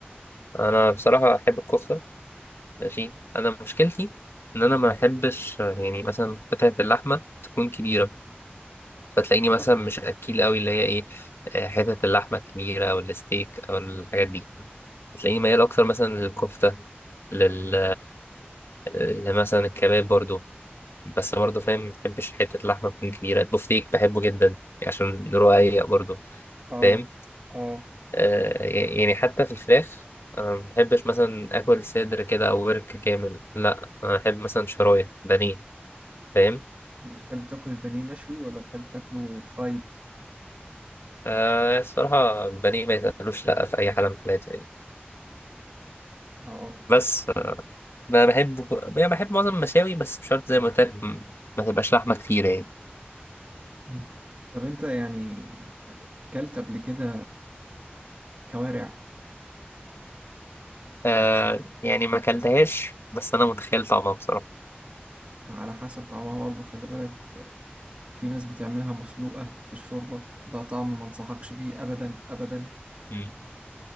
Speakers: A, on the left; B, on the right.
A: انا بصراحة احب الكفتة ماشي انا مشكلتي ان انا ما احبش يعني مثلا قطعة اللحمة تكون كبيرة فتلاقيني مثلا مش اكيل قوي اللي هي ايه آه، حتة اللحمة الكبيرة او الستيك او الحاجات دي هتلاقيني ميال اكتر مثلا للكفتة لل لمثلا الكباب برضو بس برضه فاهم ما بحبش حتة اللحمة تكون كبيرة البفتيك بحبه جدا عشان رقيق برضه
B: اه
A: فاهم
B: اه
A: آه يعني يعني حتى في الفراخ أنا ما بحبش مثلا آكل صدر كده أو ورك كامل لا أنا أحب مثلا شرايح بانيه فاهم
B: بتحب تاكل البانيه مشوي ولا بتحب تاكله فرايد
A: آه الصراحة البانيه ما يتقالوش لأ في أي حالة من الحالات يعني
B: اه آه.
A: بس ما بحب يعني بحب معظم المشاوي بس مش شرط زي ما قلت لك م- ما تبقاش لحمة كتيرة يعني
B: مم. طب انت يعني كلت قبل كده كوارع
A: آه يعني ما أكلتهاش بس أنا متخيل طعمها بصراحة
B: على حسب طعمها برضو خلي بالك في ناس بتعملها مسلوقة في الشوربة ده طعم ما انصحكش بيه أبدا أبدا
A: مم.